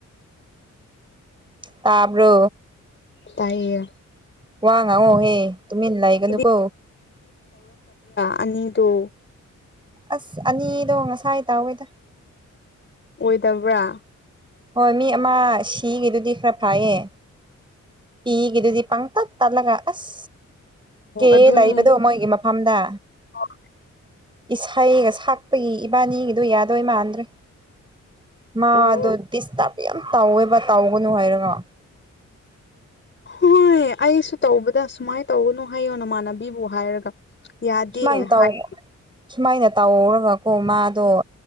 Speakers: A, on the right; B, on the left.
A: ꯇꯕ꯭ꯔꯣ
B: ꯇꯥꯏꯌꯦ
A: ꯋꯥ ꯉꯑꯣꯍꯦ ꯇꯨꯃꯤ ꯏ ꯂꯥꯛꯒꯅꯨ
B: ꯒꯤꯗꯤ
A: ꯀꯣ
B: ꯑꯅꯤꯗ
A: ꯑꯁ ꯑꯅꯤꯗꯣ ꯉꯁꯥꯏ ꯇꯥꯎꯋꯦꯗ
B: ꯑꯣꯏꯗꯕ꯭ꯔꯥ
A: ꯍꯣꯏ ꯃꯤ ꯑꯃ ꯁꯤꯒꯗꯨꯗꯤ ꯈꯔ ꯐꯥꯏꯌꯦ ꯄꯤꯒꯗꯨꯗꯤ ꯄꯪ ꯇꯠ ꯇꯥꯠꯂꯒ ꯑꯁ ꯀꯦ
B: ꯑꯗꯨꯅꯦ
A: ꯂꯩꯏꯕꯗꯣ ꯃꯣꯏꯒꯤ ꯐꯝꯗꯥ
B: ꯑꯣ
A: ꯏꯁꯩꯒ ꯁꯛꯄꯒꯤ ꯏꯕꯥꯅꯤꯒꯗꯨ ꯌꯥꯗꯣꯏ ꯃꯥꯟꯗ꯭ꯔꯦ ꯃꯥꯗꯣ
B: ꯑꯣ
A: ꯗꯤꯁꯇꯥꯔꯕ ꯌꯥꯝ ꯇꯥꯎꯋꯦꯕ ꯇꯥꯎꯒꯅꯨ ꯍꯥꯏꯔꯒ
B: ꯍꯣꯏ ꯑꯩꯁꯨ ꯇꯧꯕꯗ ꯁꯨꯃꯥꯏꯅ ꯇꯧꯒꯅꯨ ꯍꯥꯏꯌꯣ ꯅꯃꯥꯟꯅꯕꯤꯕꯨ ꯍꯥꯏꯔꯒ ꯌꯥꯗꯦ
A: ꯁꯨꯃꯥꯏꯅ ꯇꯎ
B: ꯍꯥꯏ
A: ꯁꯨꯃꯥꯏꯅ ꯇꯧꯔꯒꯀꯣ ꯃꯥꯗꯣ